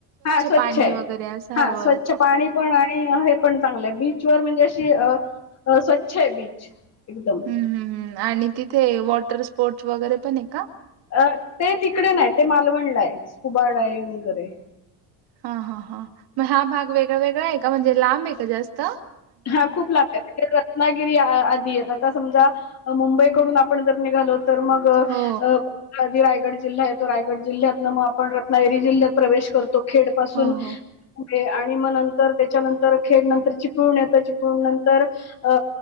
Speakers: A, on the left; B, on the right.
A: हा स्वच्छ
B: पाणी
A: आहे,
B: वगैरे असं
A: हा
B: हवं
A: स्वच्छ पाणी पण आणि हे पण चांगलय बीचवर म्हणजे अशी स्वच्छ आहे बीच एकदम
B: हम्म हम्म हम्म आणि तिथे वॉटर स्पोर्टस वगैरे पण आहे का?
A: अ ते तिकडे न्हाय ते मालवणला आहे स्कुबा डायविंग वगैरे
B: हा हा हा मग हा भाग वेगळा वेगळा आहे का म्हणजे लांब आहे का जास्त.
A: हा खूप लांब आहे. रत्नागिरी आधी आहेत आता समजा मुंबईकडून आपण जर निघालो तर मग
B: हो
A: अ मधी रायगड जिल्हा येतो, रायगड जिल्ह्यात ना मग आपण रत्नागिरी जिल्ह्यात प्रवेश करतो. तो खेड पासून
B: हो हो
A: पुढे आणि मग नंतर त्याच्यानंतर खेड नंतर चिप ळून येत चिपळूण नंतर अ